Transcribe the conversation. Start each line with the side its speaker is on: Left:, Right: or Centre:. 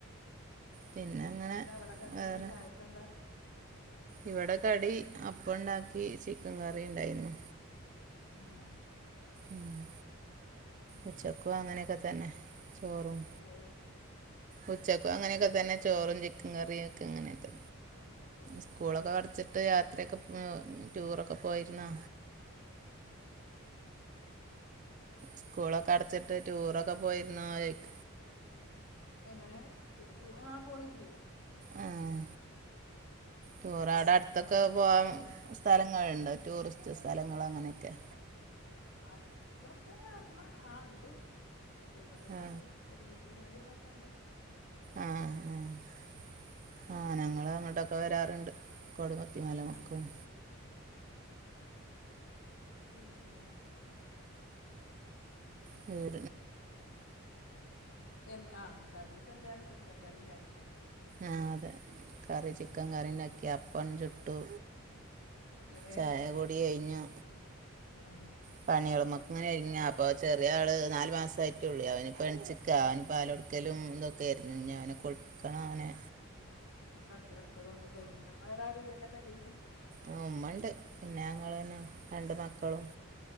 Right: പിന്നെ അങ്ങനെ
Left: എന്താ അവിടെ കടിയൊക്കെ
Right: വേറെ
Left: ചായക്കെന്താ?
Right: ഇവിടെ കടി അപ്പ ഇണ്ടാക്കി ചിക്കൻ കറി ഇണ്ടായിരുന്നു.
Left: ആഹ്
Right: ആഹ്
Left: ആഹ്
Right: ഉച്ചക്കും അങ്ങനെയൊക്കെ തന്നെ ചോറും
Left: ഏഹ്
Right: ഉച്ചക്കും അങ്ങനെയൊക്കെ തന്നെ ചോറും ചിക്കൻ കറിയും ഒക്കെ ഇങ്ങനെണ്ട്
Left: ഒക്കെ തന്നെയാണ്
Right: സ്കൂളൊക്കെ അടച്ചിട്ട് യാത്രയൊക്കെ ടൂറൊക്കെ പോയിരുന്നോ
Left: ആഹ്
Right: സ്കൂളൊക്കെ അടച്ചിട്ട് ടൂറൊക്കെ പോയിരുന്ന ചോദിക്ക
Left: എങ്ങനെ സ്കൂ ടൂ ആഹ് പോയിരന്ന്‌
Right: ആഹ് ടൂർ
Left: കുട്ടികളായിട്ട്
Right: അടുത്തൊക്കെ പോവാൻ സ്ഥലങ്ങളുണ്ടോ? ടൂറിസ്റ്റ് സ്ഥലങ്ങള് അങ്ങനെയൊക്കെ.
Left: അടുത്തൊക്കെ എർന്ന ആഹ് ഇണ്ട് ഇവിടെക്കെണ്ട്
Right: ആ
Left: കൊടികുത്തിമല ഒക്കെകണ്ട്
Right: ആഹ് ആഹ് ആഹ് ഞങ്ങളു അങ്ങോട്ടൊക്കെ വരാറുണ്ട്. കൊടുമുത്തി മല മക്കളും
Left: ഉം പിന്നെ
Right: പേരിന്
Left: എൻ ആഹ് കടി ഇപ്പൊ എന്തായാലും ചിക്കൻ കറി ഉണ്ടാക്കിന്നല്ലേ
Right: ആഹ് അതെ കറി ചിക്കൻ കറിണ്ടാക്കി അപ്പം ചുട്ടു
Left: ഏഹ്
Right: ചായ കുടി കഴിഞ്ഞോ
Left: ഉം
Right: പണികളുമൊക്കെ ഇങ്ങനെ ഇരിങ്ങ അപ്പൊ ചെറിയ ആള് നാല് മാസ ആയിട്ടുള്ളി അവനിപ്പ എനിച്ച് ക്കാ അവന് പാല് കൊടുക്കലും ഇതൊക്കെയായിയിരുന്നു ഇഞ് അവനെ കുളിപ്പിക്കണം അവനെ
Left: കടത്തി കറക്കതൊക്കെ കഴിഞ്ഞിട്ടാണ് വേറെ ആരുല്ല പേരില്
Right: ആഹ് ഉമ്മണ്ട് പിന്നെ ഞങ്ങൾ തന്നെ
Left: ആഹ്
Right: രണ്ട് മക്കളും